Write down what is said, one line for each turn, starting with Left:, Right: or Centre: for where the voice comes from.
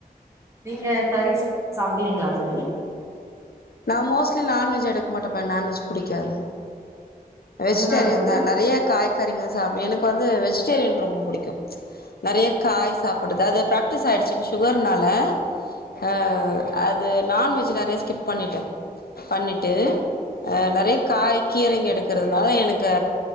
Right: நீங்க கறி சா சாப்டுவீங்ளா தோழி
Left: நா மோஸ்ட்லி நான்வெஜ் எடுக்க மாட்ட பா என் நான்வெஜ் புடிக்காது வெஜ்டேரியன்
Right: எதனால தோழி
Left: தா நெறையா காய்கறிங்க சாப் எனக்கு வந்து வெஜ்டேரியன் ரொம்ப புடிக்கு நெறையா காய் சாப்புடுதா அது ப்ராக்டிஸ் ஆய்டுச்சு சுகர்னால ஆ அது நான்வெஜ் நெறையா ஸ்கிப் பண்ணிட்டே பண்ணிட்டு ஆ நெறையா காய் கீரைங்க எடுக்குறதுனால எனக்கு